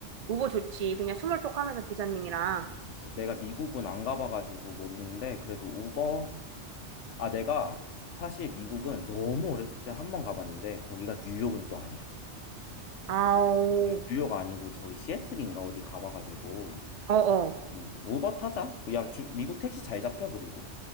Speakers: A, on the right (about 60°); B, on the left (about 80°).
A: 우버 좋지. 그냥 스몰톡 하면서 기사님이랑.
B: 그치, 내가 미국은 안 가봐가지고 모르는데 그래도 우버. 아, 내가 사실 미국은 너무 어렸을 때 한 번 가봤는데 거기가 뉴욕은 또 아니야.
A: 아오.
B: 음, 뉴욕 아니고 저기 시애틀인가 어디 가봐가지고.
A: 어어.
B: 음, 우버 타자. 그 야, 주, 미국 택시 잘 잡혀 그리고.